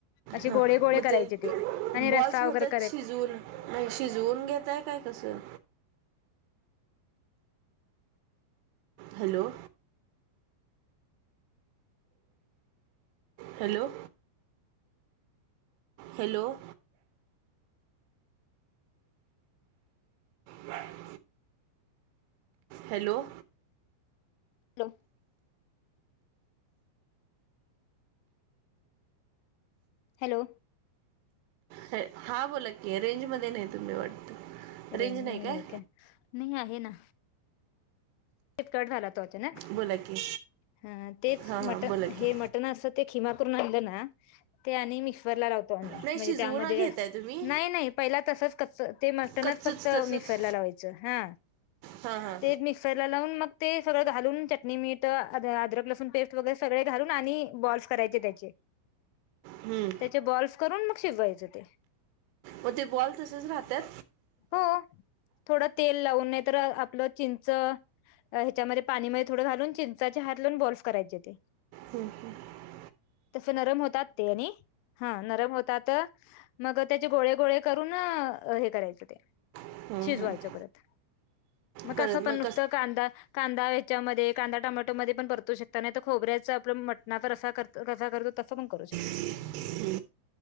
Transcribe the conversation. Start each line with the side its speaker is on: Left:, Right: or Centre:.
Left: असे
Right: ह
Left: गोळे गोळे
Right: मग
Left: करायचे
Right: ते
Left: आणि रस्सा
Right: बॉल्स होत्यात
Left: वगैरे करायच
Right: शिजवुन? नाही शिजवून घेताय काय कसं? Hello hello hello bye <inaudible> hello
Left: लो हॅलो
Right: हॅ-हा बोला की रेंजमध्ये नाही तुम्ही वाटत.
Left: रेंजमध्ये
Right: रेंज काय
Left: नाही का नाही आहे ना. तेच कट झाला तो अचानक
Right: बोला की
Left: हं तेच
Right: हा हा
Left: मट
Right: बोला की
Left: हे मट टण अस ते खिमा करून आणलं ना ते आणि मिक्सरला लाव तो आम्ही
Right: नाही
Left: म्हणजे
Right: शिजवू
Left: त्यामध्ये
Right: न घेताय
Left: असं
Right: तुम्ही
Left: नाही -नाही पहिला तसच कच्च ते म टणच
Right: कच्चच
Left: फक्त
Right: तसच
Left: मिक्सरला लावायच हा,
Right: हा हा
Left: ते मिक्स क्सरला लावून मग ते सगळं घालून चटणी, मीठ आद- अदरक- लसूण पेस्ट वैगरे सगळे घालून आणि बॉल्स करायचे त्याचे.
Right: हम्म.
Left: चे बॉल्स करून मग शिजवायचे ते.
Right: म ते बॉल तसेच राहत्यात.
Left: हो, थोडं तेल लावून नाहीतर आपलं चिंच अ ह्याच्या मध्ये पाणी मध्ये थोडं घालून चिंचाचे हात लावून बॉम्स करायचे ते.
Right: हम्म हम्म.
Left: तसे नरम होतात ते आणि, हा नरम होतात. मग त्याचे गोळे गोळे करून हे करायचं ते,
Right: हम्म
Left: शिजवायचं
Right: हम्म
Left: परत. म
Right: परत
Left: कसं पण
Right: मग
Left: नुसतं कांदा कांदा ह्याच्यामध्ये कांदा टॅमॅटो मध्ये पण परतू शकता नाहीतर खोबऱ्याचा आपलं मटणाचा रसा कर कसा करतो तस पण करू शकतो.
Right: <inaudible>